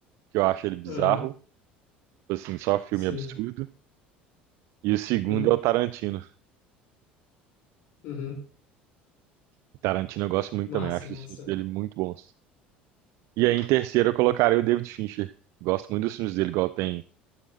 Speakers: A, on the right (about 55°); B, on the left (about 55°).
A: que eu acho ele bizarro,
B: Aham,
A: tipo assim, só filme
B: sim.
A: absurdo. E o segundo
B: Uhum,
A: é o Tarantino.
B: uhum.
A: O Tarantino eu gosto muito
B: Massa,
A: também, acho
B: massa.
A: os filmes dele muito bons. E aí, em terceiro, eu colocaria o David Fincher. Gosto muito dos filmes dele, igual tem